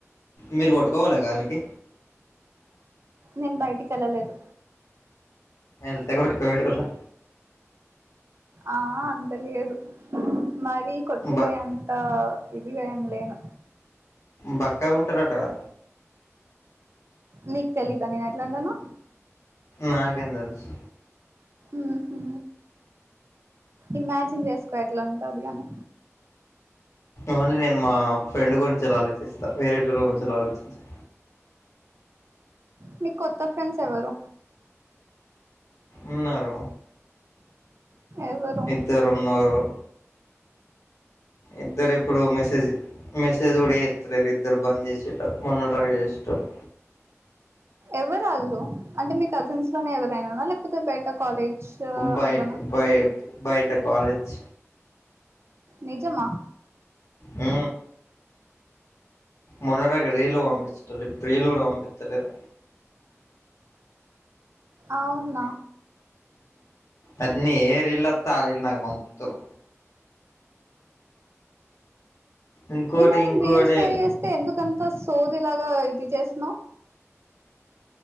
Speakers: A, on the left; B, on the right.
A: మీరు కొట్టుకవోలె గాలికి.
B: నేను బయటికి ఎళ్ళలేదు.
A: యెల్తె కొట్కపోయెటోళ్ళు
B: ఆ అంత లేదు మరి కొట్టుకుపోయే
A: బక్
B: అంతా ఇదిగా ఏం లేను.
A: బక్కగుంటరటా కదా.
B: నీకు తెలీదా నేను ఎట్లా ఉంటనో.
A: నాకేం తెల్సు
B: ఉహు ఇమాజిన్ చేసుకో ఎట్లా ఉంటది అని.
A: ఓన్లీ నేను మా ఫ్రెండ్ గురించి అలా ఆలోచిస్తా, వేరేటోల్ల గురించి ఆలోచించా.
B: నీకు కొత్త ఫ్రెండ్స్ ఎవరు?
A: ఉన్నారు.
B: ఎవరు
A: ఇద్దరు ఉన్నరు. ఇద్దరు ఎప్పుడో మెసేజ్ మెస్ సెజ్ కూడా చేత్తలేరు ఇద్దరు బంద్ చేసిల్లు మొన్నటి రాక చేశేటోల్లు.
B: ఎవరు ఆళ్ళు అంటే మీ కజిన్స్ లోనే ఎవరైననా లేకపోతే బయట కాలేజ్
A: బయట్
B: అట్లనా
A: బయ బయట కాలేజ్
B: నిజమా
A: హ్ మొన్నటిరాక రీల్లు పంపించేటోల్లు ఇప్పుడు రీల్లు కూడా పంపిత్తలేరు.
B: అవునా
A: అన్ని ఏరీల్లు అత్తే ఆ రీల్ నాకు పంపుతరు. ఇంకోటి
B: నిన్న నేను
A: ఇంకోటి
B: రీల్స్ షేర్ చేస్తే ఎందుకంతా సోది లాగా ఇది చేసినవు.